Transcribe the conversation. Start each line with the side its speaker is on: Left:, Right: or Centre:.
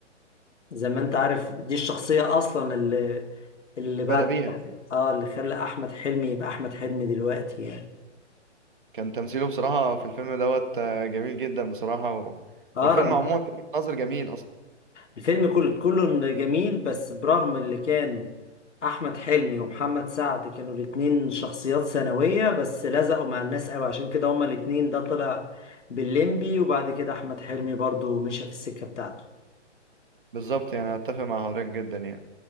Left: زي ما انت عارف دي الشخصية أصلا اللي اللي
Right: بدأ
Left: بعد
Right: بيها
Left: اه اللي خلى أحمد حلمي يبقى أحمد حلمي دلوقتي يعني
Right: كان تمثيله بصراحه في الفيلم دوت آه، جميل جدا بصراحه و...
Left: اه
Right: والفيلم عموما فيلم ناظر جميل اصلا
Left: الفيلم كله كله جميل بس برغم اللي كان احمد حلمي ومحمد سعد كانوا الاتنين شخصيات ثانوية بس لزقوا مع الناس قوي عشان كده هما الاتنين ده طلع بالليمبي وبعد كده احمد حلمي برضو مشى في السكة بتاعته
Right: بالظبط يعني اتفق مع حضرتك جدا يعني